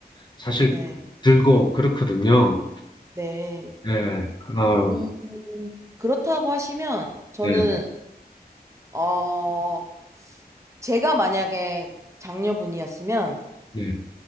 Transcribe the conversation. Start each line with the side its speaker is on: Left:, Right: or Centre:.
Left: 사실
Right: 네,
Left: 들고 그렇거든요.
Right: 네.
Left: 예, 아,
Right: 음, 그렇다고 하시면, 저는,
Left: 예,
Right: 어, 제가 만약에 장녀분이었으면,
Left: 예,